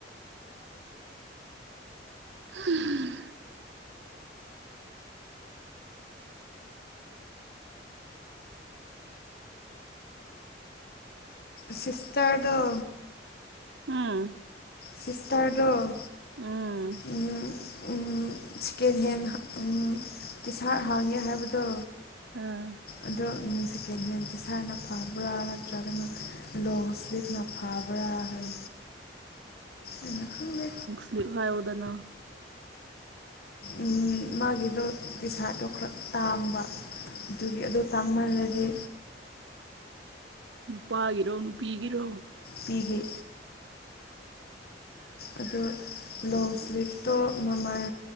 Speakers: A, on the right; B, on the left.
A: ꯍꯝ
B: ꯁꯤꯁꯇꯔꯗꯣ
A: ꯎꯝ
B: ꯁꯤꯁꯇꯔꯗꯣ
A: ꯎꯝ
B: ꯎꯝ ꯎꯝ ꯁꯦꯀꯦꯟ ꯍꯦꯟ ꯎꯝ ꯇꯤꯁꯥꯔꯠ ꯍꯥꯡꯉꯦ ꯍꯥꯏꯕꯗꯣ
A: ꯑꯥ
B: ꯑꯗꯣ ꯎꯝ ꯁꯦꯀꯦꯟꯍꯦꯟ ꯇꯤꯁꯥꯠꯅ ꯐꯕ꯭ꯔꯥ ꯅꯠꯇ꯭ꯔꯒꯅ ꯂꯣꯡ ꯏꯁ꯭ꯂꯤꯞꯅ ꯐꯥꯕ꯭ꯔ ꯍꯥꯏ ꯑꯩꯅ ꯈꯪꯗꯦ
A: ꯀ꯭ꯂꯤꯞ ꯍꯥꯌꯣꯗꯅ
B: ꯎꯝ ꯃꯥꯒꯤꯗꯣ ꯇꯤꯁꯥꯔꯠꯇꯣ ꯈꯔ ꯇꯥꯡꯕ ꯑꯗꯨꯒꯤ ꯑꯗꯨ ꯇꯥꯡꯃꯜꯂꯗꯤ
A: ꯅꯨꯄꯥꯒꯤꯔꯣ ꯅꯨꯄꯤꯒꯤꯔꯣ
B: ꯄꯤꯒꯤ ꯑꯗꯨ ꯂꯣꯡ ꯁ꯭ꯂꯤꯞꯇꯣ ꯃꯃꯜ